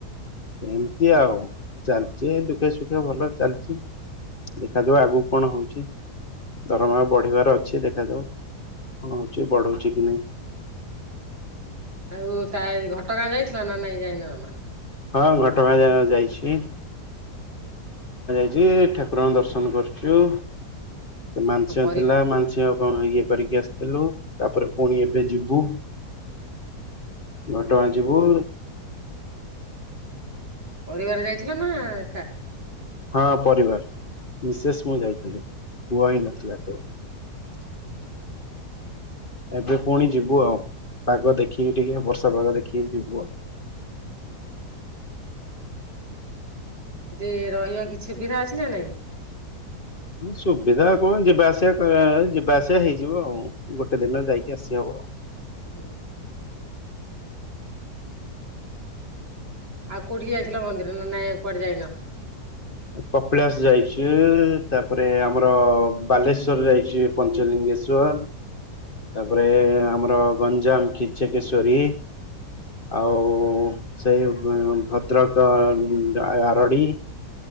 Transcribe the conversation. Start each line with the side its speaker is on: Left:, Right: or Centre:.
Left: ଏମିତି ଆଉ ଚାଲିଚି ଏ ଦୁଃଖ ସୁଖେ ଭଲରେ ଚାଲିଛି। ଦେଖାଯିବ ଆଗକୁ କଣ ହଉଛି? ଦରମା ବଢିବାର ଅଛି ଦେଖାଯାଉ କଣ ହଉଛି ବଢଉଛି କି ନାହିଁ?
Right: ଆଉ ତା ଏ ଘଟଗାଁ ଯାଇଥିଲ ନା ନାଇଁ ଯାଇନ ଜମା?
Left: ହଁ ଘଟଗାଁ ଯାଇଛି।
Right: ହୁଁ ହୁଁ।
Left: ଆଜି ଠାକୁରଙ୍କ ଦର୍ଶନ କରୁଛୁ ମାଂସିକ
Right: ପରି
Left: ଥିଲା ମାଂସିକ କଣ ଇଏ କରିକି ଆସିଥିଲୁ ତାପରେ ପୁଣି ଏବେ ଯିବୁ। ଘଟଗାଁ ଯିବୁ।
Right: ପରିବାର ଯାଇଥିଲ ନା ଏକା?
Left: ହଁ ପରିବାର ମିଶେଷ ମୁଁ ଯାଇଥିଲୁ ପୁଅ ହେଇ ନଥିଲା ହେତେବେଳେ।
Right: ହୁଁ ହୁଁ।
Left: ଏବେ ପୁଣି ଯିବୁ ଆଉ ପାଗ ଦେଖିକି ଟିକେ ବର୍ଷା ପାଗ ଦେଖିକି ଯିବୁ ଆଉ।
Right: ହୁଁ ହୁଁ ସେଠି ରହିବା କିଛି ସୁବିଧା ଅଛି ନା ନାଇଁ?
Left: ସୁବିଧା କଣ ଯିବା ଆସିବା କରିବା ଯିବାଆସିବା ହେଇଯିବ ଆଉ ଗୋଟେ ଦିନରେ ଯାଇକି ଆସିିହବ।
Right: ହୁଁ ହୁଁ। ଆଉ କୋଉଠି ଯାଇଥିଲା ମନ୍ଦିର ନା ନାଇଁ କୁଆଡେ ଯାଇନ?
Left: କପିଳାସ ଯାଇଛୁ ତାପରେ ଆମର ବାଲେଶ୍ଵ ଯାଇଛି ପଞ୍ଚଲିଙ୍ଗେଶ୍ଵର ତାପରେ ଆମର ଗଞ୍ଜାମ କିଚେକିସ୍ଵରୀ। ଆଉ ସେଇ ଭଦ୍ରକ ଆରଡ଼ି।